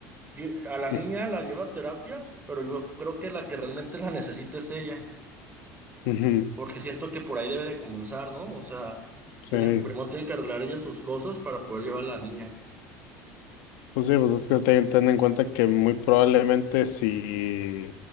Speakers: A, on the right; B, on the left.
A: ye- a la
B: <laughs>
A: niña la lleva a terapia, pero yo creo que la que realmente la necesita es ella,
B: Ujú,
A: porque siento que por ahí debe de comenzar, ¿no? O sea, tiene,
B: Sí,
A: primero tiene que arreglar ella sus cosas para poder llevar a la niña.
B: pues sí, pues es que ten, ten en cuenta que muy probablemente si,